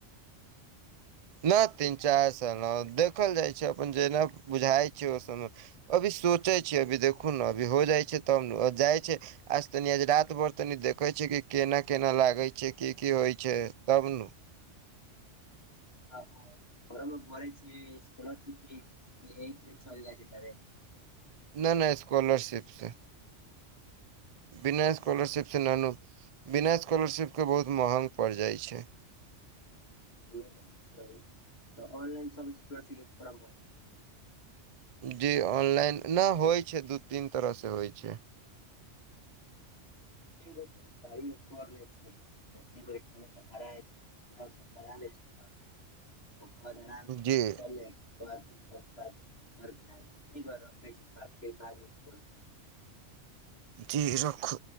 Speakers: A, on the left (about 55°); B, on the right (about 60°).
A: ठीके
B: ना
A: छै
B: तीन
A: जाइ
B: चार
A: छै बाहर
B: साल ह दे खल जाइ छै अपन जेना बुझाय छै ओ सब मे अभी सोच सोचै छियै अभी देखू न अभी हो जाइ छै तब नु जाइ छै आज तनि आज रात भर तनी देखे छै कि केना केना लागे छै की की होइ छै तब नु
A: <unintelligible>
B: ना ना स्कॉलरशिप से बिना स्कॉलरशिप से ना नू बिना स्कॉलरशिप केँ बहुत महंग पड़ जाइ छै
A: <unintelligible> ऑनलाइन सब स्कॉलरशिप कऽ फोर्म भरै छै
B: जी ऑनलाइन नै होइ छै दू तीन तरह स होइ छै
A: <unintelligible> <unintelligible> ओकर बाद दू
B: जी
A: साल बाद <unintelligible>
B: <unintelligible> जी रखू